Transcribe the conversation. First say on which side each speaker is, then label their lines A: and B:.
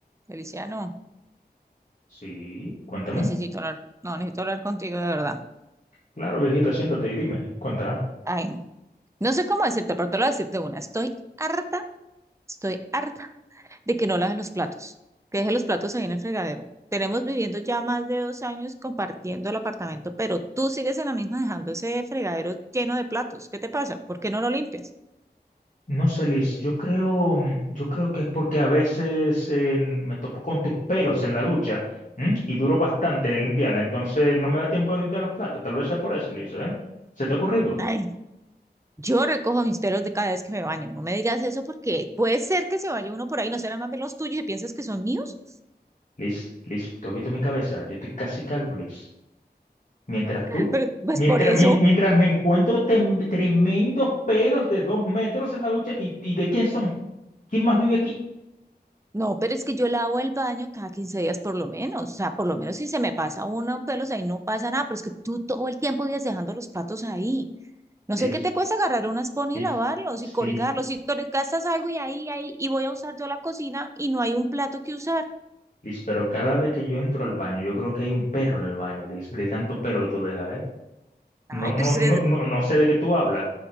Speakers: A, on the right (about 15°); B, on the left (about 50°).
A: Feliciano,
B: Sí, cuéntame.
A: necesito hablar, no, necesito hablar contigo de verdad.
B: Claro, viejita, siéntate y dime, cuenta.
A: Ay, no No sé cómo decirte, pero te lo voy a decirte una. Estoy harta, estoy harta de que no laves los platos, que dejes los platos ahí en el fregadero. Tenemos viviendo ya más de dos años compartiendo el apartamento, pero tú sigues en la misma dejando ese fregadero lleno de platos. ¿Qué te pasa? ¿Por qué no lo limpias?
B: No sé, Liz, yo creo, mm, yo creo que es porque a veces eh, me topo con tus pelos en la ducha, ¿m? y duro bastante en limpiarla, entonces no me da tiempo de limpiar los platos. Tal vez sea por eso, Liz, ¿eh? ¿Se te ha ocurrido?
A: Ay, yo recojo mis pelos de cada vez que me baño. No me digas eso porque puede ser que se vaya uno por ahí, no serán más bien los tuyos y piensas que son míos,
B: Liz, Liz, tú has visto mi cabeza, yo estoy casi calvo, Liz. Mientras
A: <laughs>
B: tú,
A: pero pues
B: mientras,
A: por eso.
B: mien- mientras me encuentro tem- tremendos pelos de dos metros en la ducha, ¿y, y de quién son? ¿Quién más vive aquí?
A: No, pero es que yo lavo el baño cada 15 días por lo menos. O sea, por lo menos si se me pasa uno pelos ahí no pasa nada, pero es que tú todo el tiempo vives dejando los platos ahí. No
B: Liz,
A: sé qué te cuesta agarrar una esponja
B: Liz.
A: y lavarlos
B: Sí,
A: y colgarlos. y tú le gastas algo y ahí, ahí, y voy a usar yo la cocina y no hay un plato que usar.
B: Liz, pero cada vez que yo entro al baño, yo creo que hay un perro en el baño, Liz, de tanto pelo que tú dejas, ¿eh?
A: Ay,
B: No, no,
A: pero es que,
B: no, no, no sé de qué tú hablas.